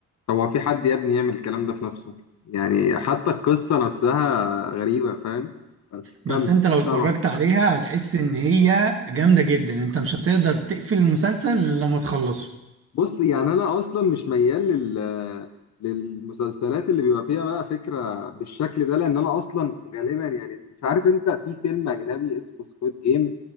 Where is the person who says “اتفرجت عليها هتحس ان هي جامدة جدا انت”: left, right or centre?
Right